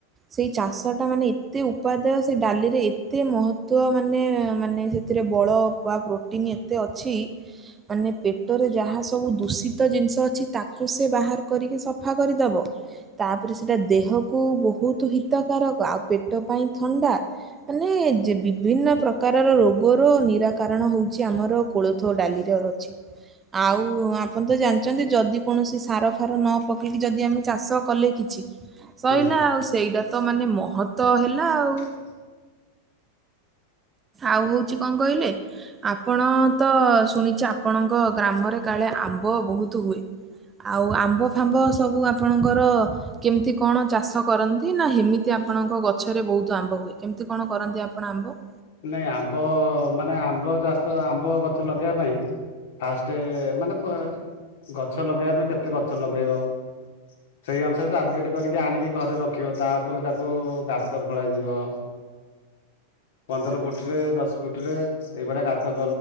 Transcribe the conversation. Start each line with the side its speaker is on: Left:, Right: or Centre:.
Right: ସେଇ ଚାଷ ଟା ମାନେ ଏତେ ଉପାଦେୟ ସେଇ ଡାଲିରେ ଏତେ ମହତ୍ବ ମାନେ ମାନେ ଯେ ଏଥିରେ ବଳ ବା ପ୍ରୋଟିନ୍ ଏତେ ଅଛି। ମାନେ ପେଟରେ ଯାହା ସବୁ ଦୂଷିତ ଜିନିଷ ଅଛି ତାକୁ ସେ ବାହାର କରିକି ସ ସଫା କରିଦେବ। ତାପରେ ସେଟା ଦେହକୁ ବହୁତ ହିତକାରକ ଆଉ ପେଟ ପାଇଁ ଥଣ୍ଡା। ମାନେ ଯେ ବିଭିନ୍ନ ପ୍ରକାରର ରୋଗର ନିରାକାରଣ ହଉଛି ଆମର। କୋଳଥ ଡାଲିରେ ଅଛି ଆଉ ଆପଣ ତ ଜାଣିଛନ୍ତି ଯଦି କୌଣସି ସାର ଫାର ନ ପକେଇକି ଯଦି ଆମେ ଚାଷ କଲେ କିଛି ସଇଲା
Left: ହୁଁ।
Right: ଆଉ ସେଇଟା ତ ମାନେ ମହତ ହେଲା ଆଉ।
Left: ହ
Right: ଆଉ ହଉଛି କଣ କହିଲେ। ଆପଣ ତ ଶୁଣିଛି ଆପଣଙ୍କ ଗ୍ରାମରେ କାଳେ ଆମ୍ବ ବହୁତୁ ହୁଏ। ଆଉ ଆମ୍ବ ଫାମ୍ବ ସବୁ ଆପଣଙ୍କର। କେମିତି କଣ ଚାଷ କରନ୍ତି ନା ହେମିତି ଆପଣଙ୍କ ଗଛରେ ବହୁତ ଆମ୍ବ ହୁଏ କେମିତି କଣ କରନ୍ତି ଆପଣ ଆମ୍ବ?
Left: ନାଇଁ ଆମ୍ବ ମାନେ ଆମ୍ବ ଚାଷ ଆମ୍ବ ଗଛ ଲଗେଇବା ପାଇଁ। ଫାଷ୍ଟେ ମାନେ ଗଛ ଲଗେଇବା ପାଇଁ କେତେ ଗଛ ଲଗେଇବ। ସେଇ ଅନୁସାରେ ଟାର୍ଗେଟ କରିକି ଆଣିକି ଘରେ ରଖିବ ତାପରେ ତାକୁ ଗାତ ଖୋଳା ଯିବ। ପନ୍ଦର ଫୁଟରେ ଦଶ ଫୁଟରେ। ଏଇଭଳିଆ ଗାତ